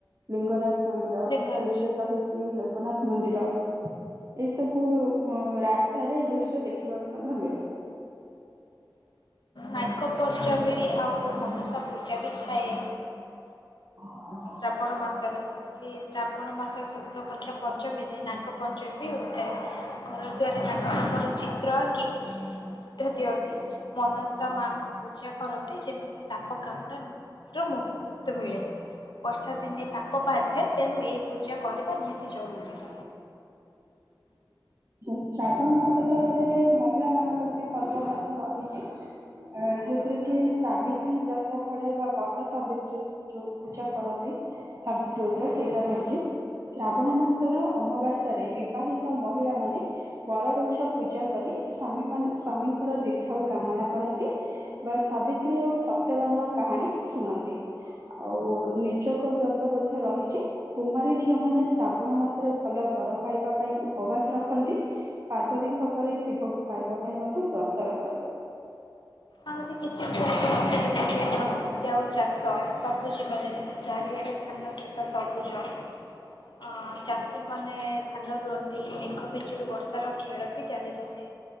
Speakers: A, on the right; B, on the left.
A: ଲିଙ୍ଗରାଜ ମନ୍ଦିର,
B: ଲିଙ୍ଗରାଜ
A: ପୁରୀରେ ରହିଚି ଲୋକନାଥ ମନ୍ଦିର। ଏଇ ସବୁ ରାସ୍ତାରେ ଏଇ ଦୃଶ୍ୟ ଦେଖିବାକୁ ମଧ୍ୟ ମିଳେ।
B: ନାଗପଞ୍ଚମୀ ଆଉ ମନସା ପୂଜା ବି ଥାଏ।
A: ହୁ
B: ଶ୍ରାବଣ ମାସରେ। କି ଶ୍ରାବଣ ମାସ ଶୁକ୍ଳପକ୍ଷ ପଞ୍ଚମୀରେ ନାଗପଞ୍ଚମୀ ହୋଇଥାଏ। ଘର ଦ୍ୱାରେ ନାଗ ନାଗୁଣୀ ଚିତ୍ର ଆଙ୍କି ଦୁଧ ଦିଅନ୍ତି। ମନସା ମାଙ୍କୁ ପୂଜା କରନ୍ତି ଯେମିତି ସାପ କାମୁଡା ରୁ ମୁ କ୍ତି ମିଳେ। ବର୍ଷା ଦିନେ ସାପ ବାହାରିଥାଏ ତେଣୁ ଏଇ ପୂଜା କରିବା ନିହାତି ଜରୁରୀ।
A: ଶ୍ରାବଣ ମାସ ଟାରେ ମହିଳା ମାନଙ୍କର ବି ପର୍ବ ମଧ୍ୟ ରହିଚି। ଅ ଯୋଉଥିରେ କି ସାବିତ୍ରୀ ବ୍ରତ ପଡେ ବା ବଟ ସାବିତ୍ରୀ। ଯୋଉ ପୂଜା କରନ୍ତି ସାବିତ୍ରୀ ଓଷା ସେଇଟା ର ଚି, ଶ୍ରାବଣ ମାସର ଅମାବାସ୍ୟାରେ ବିବାହିତ ମହିଳା ମାନେ ବରଗଛ ପୂଜା କରି ସ୍ଵାମୀ ମାନ ସ୍ଵାମୀଙ୍କର ଦୀର୍ଘାୟୁ କାମନା କରନ୍ତି। ବା ସାବିତ୍ରୀ ଆଉ ସତ୍ୟବାନ କାହାଣୀ ଶୁଣନ୍ତି। ଆଉ ନିଯୋଗ ବ୍ରତ ମଧ୍ୟ ରହିଚି। କୁମାରୀ ଝିଅ ମାନେ ଶ୍ରାବଣ ମାସରେ ଭଲ ବର ପାଇବା ପାଇଁ ଉପବାସ ରଖନ୍ତି। ପାର୍ବତୀଙ୍କ ପରି ଶିବକୁ ପାଇବା ପାଇଁ ମଧ୍ୟ ବ୍ରତ ରଖନ୍ତି।
B: ଆହୁରି କିଛି ବି। <unintelligible> ଚାଷ ସବୁଜିମା ଯେମିତି ଚାରିଆଡେ ଧାନ କ୍ଷେତ ସବୁଜ। ଅ ଚାଷୀ ମାନେ ଧାନ ରୁଅନ୍ତି। ମେଘ ବିିଜୁଳି ବର୍ଷାର ଖେଳ ବି ଚାଲି ରହେ।